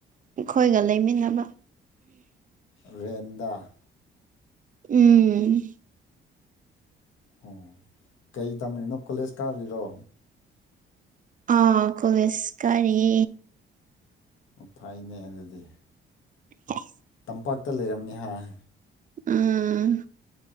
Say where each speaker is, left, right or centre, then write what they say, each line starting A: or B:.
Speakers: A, on the right (about 40°); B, on the left (about 75°).
A: ꯈꯣꯏꯒ ꯂꯩꯃꯤꯟꯅꯕ꯫
B: ꯂꯦꯟꯗ
A: ꯎꯝ
B: ꯑꯣ ꯀꯩ ꯇꯝꯔꯤꯅꯣ ꯀꯣꯂꯦꯖ ꯀꯥꯔꯤꯔꯣ
A: ꯑꯥ ꯀꯣꯂꯦꯖ ꯀꯔꯤ
B: ꯐꯩꯅꯦ ꯑꯗꯨꯗꯤ
A: <unintelligible>
B: ꯂꯝꯝꯄꯥꯛꯇ ꯂꯩꯔꯝꯅꯤ ꯍꯥꯏ
A: ꯎꯝ